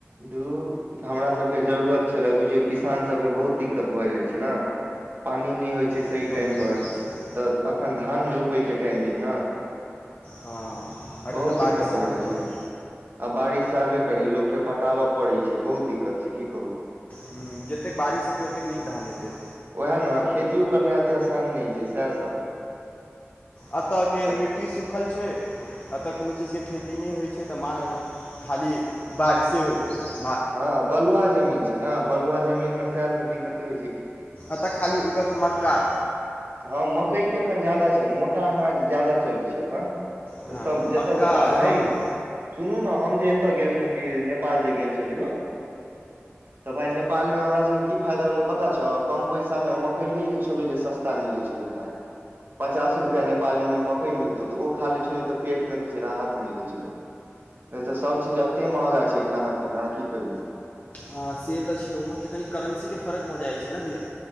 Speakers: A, on the right; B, on the left.
A: दुर हमरा सभ के जरूरत छलय बुझियौ किसान सभ के बहुत दिक्कत भऽ जाइत छैय ने। पानी नहि होई छैय। सही
B: से तऽ
A: टाइम
B: भए
A: पर
B: जाइ छै
A: तऽ अखन धान रोपय के टाइम छैय ने।
B: हाँ
A: बहुत
B: एखन तऽ बारिश
A: दिक्कत
B: चाहबे
A: भऽ जाइ छै
B: करी।
A: आ बारिश चाहबै करी लोक के पटाबय पड़ैत छैय बहुत दिक्कत छैय की कहू।
B: हूं जतेक बारिश हेतै ओतेक नीक धान हेतै।
A: ओहे ने खेतियो करनाई एतेक आसान नहि छैय सए सब।
B: एतऽ के
A: तऽ
B: मिट्टी सूखल छैय। एतऽ कोनो चीज के खेती नहिं होइ छैय तऽ मारे खाली बारिशे होइत रहैया।
A: हाँं बलुआह जमीन छैय ने बलुआह जमीनमे सएह सब दिक्कते होई छैय की।
B: एतऽ खाली उगत मक्का।
A: हाँ मकई के एखन ज्यादा छैय मोटा अनाज ज्यादा चलै छैय एखन। तऽ
B: हँ
A: सभ जतऽ
B: मक्का
A: ततऽ आ
B: आओर
A: भाय
B: गहूँम
A: सुनू ने हम जे एतय गेल छलहुँ कऽ नेपाल जे गेल छ छेलियौ तऽ भाय नेपाल मे हमरा सब के की फायदा भेलो पता छौ कम पैसा में मकईए जे छलौ जे सस्ता सस्ता मिलै छलो भाय। पचास रुपैआ नेपालीमें मकई मिलतौ तऽ ओ खा लै छलहु तऽ पेट में किछु राहत मिलै छलौ। नहि तऽ सभ चीज एते महगा छैय खाना पीना की कहियौ।
B: हाँ से तऽ छैय ओम्हर के कनि करेंसी के फर्क भऽ जाइत छैय ने भैया।